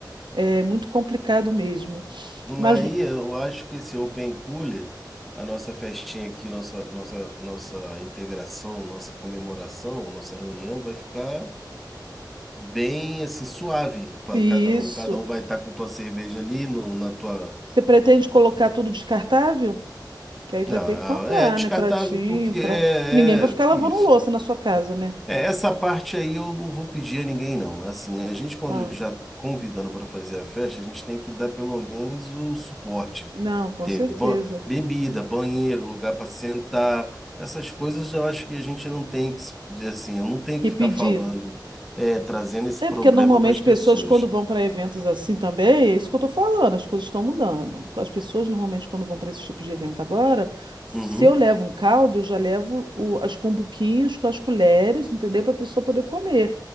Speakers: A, on the right; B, in the centre.
A: É muito complicado mesmo. Mas
B: Aí eu acho que esse Open Cooler, a nossa festinha aqui, nossa, nossa, nossa integração, nossa comemoração, nossa reunião vai ficar bem assim suave para
A: isso.
B: cada um. Cada um vai estar com tua cerveja ali no, na tua.
A: Você pretende colocar tudo descartável? Que aí vai
B: Ah,
A: ter que comprar,
B: é descartável
A: né? Pratinho,
B: porque
A: pra...
B: é,
A: Ninguém vai ficar
B: é
A: lavando
B: isso.
A: louça na sua casa, né?
B: É, essa parte aí eu não vou pedir a ninguém, não. Assim, a gente, quando
A: Ah,
B: já convidando para fazer a festa, a gente tem que dar pelo menos o suporte.
A: não, com
B: Ter
A: certeza.
B: ban- bebida, banheiro, lugar para sentar, essas coisas eu acho que a gente não tem que, se- assim, eu não tenho
A: Que
B: que ficar
A: pedir.
B: falando, é, trazendo esse
A: É
B: problema
A: porque normalmente
B: para as pessoas.
A: pessoas quando vão para eventos assim também, é isso que eu tô falando, as coisas estão mudando. As pessoas normalmente quando vão para esse tipo de evento agora, se
B: Uhum,
A: eu levo um caldo, eu já levo o- as cumbuquinhas com as colheres, entendeu? Para a pessoa poder comer.